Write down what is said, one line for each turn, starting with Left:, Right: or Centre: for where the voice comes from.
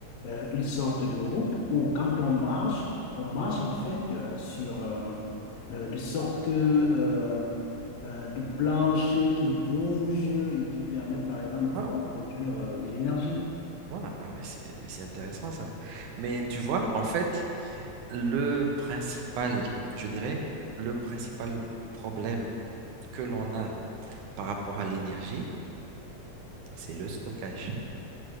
Left: euh, une sorte de route où quand on marche, on marche en fait euh, sur euh, euh, de sortes euh, euh, de planches qui bougent et qui permettent par exemple de pouvoir
Right: Ah,
Left: produire euh, de l'énergie.
Right: voilà. Ah, mais c'est, mais c'est intéressant ça. Mais tu vois, en fait, le principal, je dirais, le principal problème que l'on a par rapport à l'énergie, c'est le stockage.